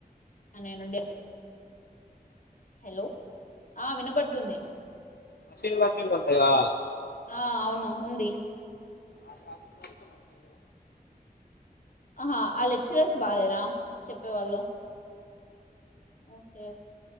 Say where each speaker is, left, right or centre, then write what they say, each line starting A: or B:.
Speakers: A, on the left; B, on the left.
A: నేను డే హలో ఆ వినబడుతుంది.
B: మిషన్ లర్నింగ్ వస్తదా?
A: ఆ అవును ఉంది.
B: ఆ క్లాస్ వరకు మంచిడు
A: ఆహా ఆ లెక్చరర్స్ బాలేరా చెప్పేవాళ్ళు ఓకే